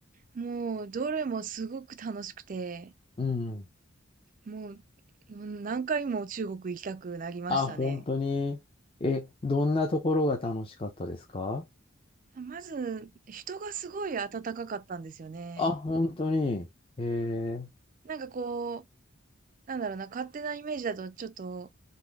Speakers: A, on the right; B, on the left.
A: もう、どれもすごく楽しくて、
B: うん。
A: もう、うん何回も中国行きたくなりましたね。
B: あ、本当に。え、どんなところが楽しかったですか
A: まず、人がすごい温かかったんですよね。
B: あ、本当に。えー
A: なんかこう、なんだろうな、勝手なイメージだとちょっと